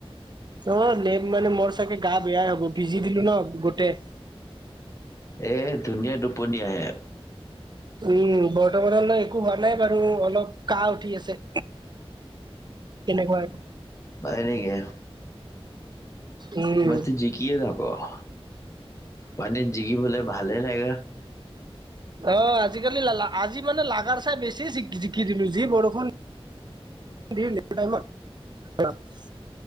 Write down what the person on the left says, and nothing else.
এ ধুনীয়া টোপনি আহে
নাই নেকি
মইতো জিকিয়ে যাম অহ পানীত জিকিবলে ভাল হে লাগে